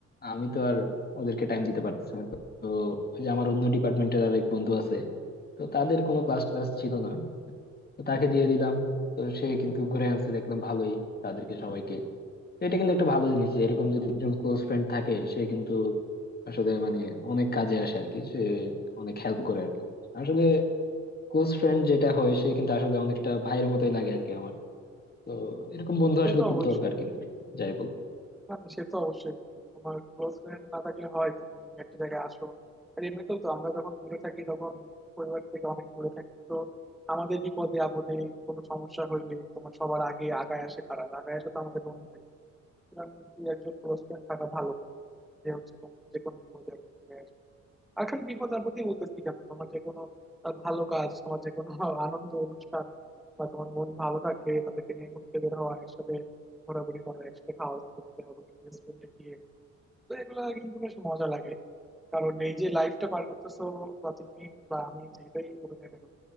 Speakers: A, on the left (about 30°); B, in the centre.
A: আমি তো আর ওদেরকে টাইম দিতে পারতেছি না তো তো ওই যে আমার অন্য ডিপার্টমেন্টের আর এক বন্ধু আছে তো তাদের কোনো ক্লাস ক্লাস ছিল না তো তাকে দিয়ে দিলাম তো সে কিন্তু ঘুরে আনছে দেখলাম ভালোই তাদেরকে সবাইকে তো এটা কিন্তু একটা ভালো জিনিস যে এরকম যদি একজন ক্লোজ ফ্রেন্ড থাকে সে কিন্তু আসলে মানে অনেক কাজে আসে আর কি সে অনেক হেল্প করে আর কি আসলে ক্লোজ ফ্রেন্ড যেটা হয় সে কিন্তু আসলে অনেকটা ভাইয়ের মতোই লাগে আর কি আমার তো এরকম বন্ধু
B: সে
A: আসলে
B: তো
A: খুব
B: অবশ্যই
A: দরকার কিন্তু যাই বলো
B: না না, সে তো অবশ্যই তোমার ক্লোজ ফ্রেন্ড না থাকলে হয় তুমি একটা জায়গায় আসো আর এমনিতেও তো আমরা যখন দূরে থাকি তখন পরিবার থেকে অনেক দূরে থাকি তো আমাদের বিপদে আপদে কোনো সমস্যা হইলে তোমার সবার আগে আগায় আসে কারা আগায় আসে তো আমাদের বন্ধু সুতরাং দুই একজন ক্লোজ ফ্রেন্ড থাকা ভালো যে হচ্ছে তোমার যে কোনো বিপদে উঠে আসবে। আর খালি বিপদ আপদে বলতেছি কেন তোমার যে কোনো আহ, ভালো কাজ তোমার যে কোনো <laughs> আনন্দ অনুষ্ঠান বা তোমার মন ভালো থাকলে তাদেরকে নিয়ে ঘুরতে বের হওয়া একসাথে ঘোরাঘুরি করা একসাথে খাওয়া দাওয়া করতে হবে রেস্টুরেন্টে গিয়ে তো এগুলো কিন্তু বেশ মজা লাগে কারণ এই যে লাইফটা পার করতেছো বা তুমি বা আমি যেটাই করি না কেন